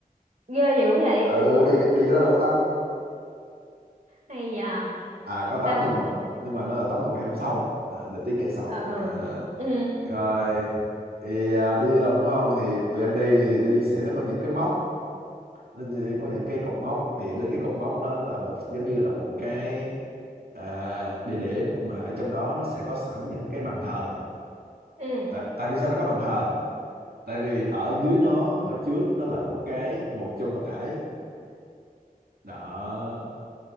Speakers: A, on the right; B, on the right.
A: ghê dữ vậy
B: ừ
A: ủa
B: đi đi cái đó đâu có tắm
A: hay nhờ
B: à có tắm
A: sao mà
B: nhưng
A: bọn
B: mà nhưng mà nó là tắm vào ngày hôm sau Ờ, để tí kể sau
A: ờ ừ
B: Ờ,
A: ừ
B: rồi thì à, đi là đúng không thì tụi em đi thì đi sẽ nó có những cái móc nó như- có những cái cột mốc thì đến cái cột mốc đó là một giống như là một cái à, địa điểm mà ở trong đó nó sẽ có sẵn những cái bàn thờ
A: ừ
B: tại tại vì sao nó có bàn thờ tại vì ở dưới nó hồi trước nó là một cái mộ chôn tập thể đó